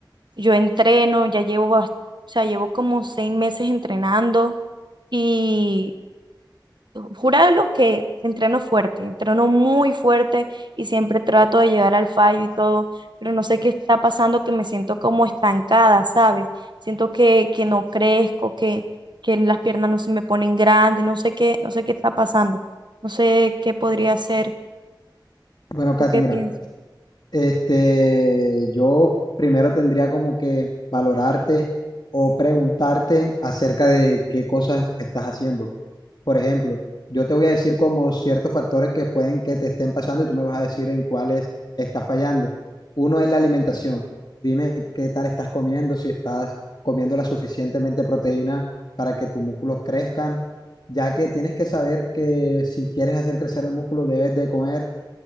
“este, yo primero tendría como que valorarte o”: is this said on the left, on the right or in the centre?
Left